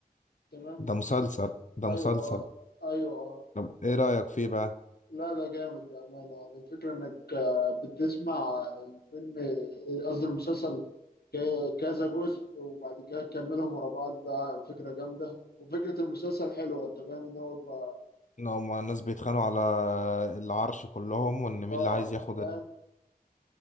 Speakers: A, on the left; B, on the left.
A: تمام
B: ده مسلسل ده
A: أيوه
B: مسلسل
A: أه أيوه أه
B: طب ايه رأيك فيه بقى
A: لا ده جامد بأمانة يعني الفكرة إنك آه، بتسمع الفيلم قصدي المسلسل ك- كذا جزء وبعد كده تكملهم ورا بعض ده فكرة جامدة وفكرة المسلسل حلوة أنت فاهم إن هو يبقى
B: ان هما الناس بيتخانقوا على العرش كلهم وان مين
A: آه
B: اللي عايز ياخد
A: فاهم